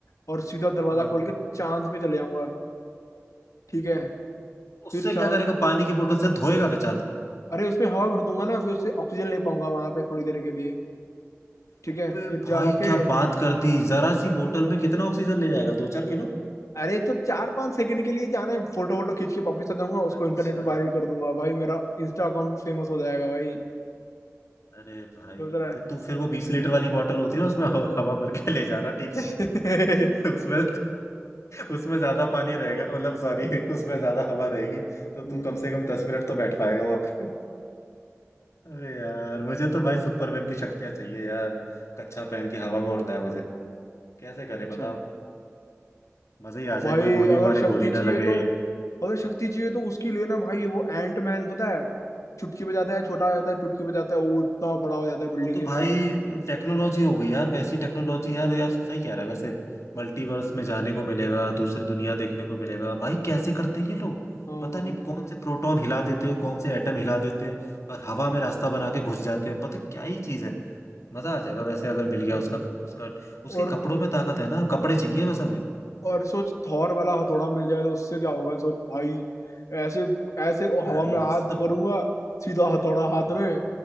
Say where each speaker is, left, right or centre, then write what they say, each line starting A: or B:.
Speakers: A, on the left (about 85°); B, on the left (about 70°).
A: और सीधा दरवाजा
B: हाँ
A: खोल के चांद पे चले जाऊंगा ठीक है
B: उससे
A: फिर चांद
B: क्या करेगा पानी की बोतल से धोएगा क्या चांद को
A: अरे उसमें हवा भर दूंगा ना फिर उससे ऑक्सीजन ले पाऊंगा वहां पे थोड़ी देर के लिए ठीक
B: अबे
A: है फिर
B: भाई
A: जाके
B: क्या बात कर दी जरा सी बोतल में कितना ऑक्सीजन ले जाएगा दो चार किलो
A: अरे तो चार पांच सेकंड के लिए जाना है फोटो वोटो खींच के वापिस आ जाऊंगा
B: अच्छा
A: उसको इंटरनेट पे वायरल कर दूंगा भाई मेरा इंस्टा अकाउंट फेमस हो जाएगा भाई
B: अरे भाई
A: सोच रहा है
B: तो तू फिर वो बीस लीटर वाली बोतल होती है उसमें हवा हवा भर के ले जाना ठीक
A: <laughs>
B: है <laughs> उसमें उसमें ज्यादा पानी रहेगा मतलब सॉरी <laughs> उसमें ज्यादा हवा रहेगी तो
A: हम्म
B: तू कम से कम दस मिनट तो बैठ पाएगा वहां पे अरे यार मुझे तो भाई सुपरमैन की शक्तियां चाहिए यार कच्छा पहन के हवा में उड़ना है मुझे कैसे करे
A: अच्छा
B: बताओ मजा ही आ
A: भाई
B: जाए कोई गोली
A: अगर
B: मारे
A: शक्ति
B: गोली
A: चाहिए
B: ना लगे
A: तो अगर शक्ति चाहिए तो उसकी लेना भाई वो एंट मैन पता है चुटकी बजाता है छोटा हो जाता है चुटकी बजाता है वो इतना बड़ा हो जाता है बिल्डिंग
B: वो तो
A: जितना
B: भाई टेक्नोलॉजी हो गई यार वैसी टेक्नोलॉजी यार यार सही कह रहा है वैसे मल्टीवर्स में जाने को मिलेगा दूसरी दुनिया देखने को मिलेगा भाई कैसे करते हैं ये लोग
A: हाँ
B: पता नहीं कौन से प्रोटॉन हिला देते हैं कौन से एटम हिला देते हैं और हवा में रास्ता बना के घुस जाते हैं पता क्या ही चीज है मजा आ जाएगा वैसे अगर मिल गया
A: हम्म
B: उसका उसका उसके
A: और
B: कपड़ों में ताकत है ना कपड़े चाहिए बस हमें
A: और सोच थॉर वाला हथौड़ा मिल जाए तो उससे क्या होगा सोच भाई ऐसे ऐसे
B: भाई
A: हवा में हाथ
B: इससे तो
A: करूंगा सीधा हथौड़ा हाथ
B: हाँ
A: में